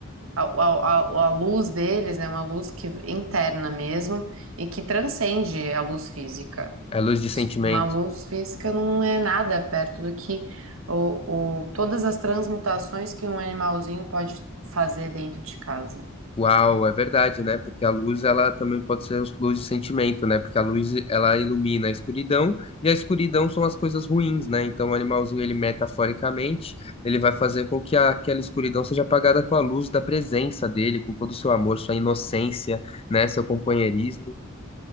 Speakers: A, on the right (about 85°); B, on the left (about 30°).
A: A, a, a, a luz deles é uma luz que, interna mesmo e que transcende a luz física.
B: É luz de sentimento.
A: Uma luz física não é nada perto do que o, o- todas as transmutações que um animalzinho pode fazer dentro de casa.
B: Uau, é verdade, né? Porque a luz, ela também pode ser luz de sentimento, né? Porque a luz, ela ilumina a escuridão, e a escuridão são as coisas ruins, né? Então o animalzinho, ele metaforicamente, ele vai fazer com que a- aquela escuridão seja apagada com a luz da presença dele, com todo o seu amor, sua inocência, né? Seu companheirismo.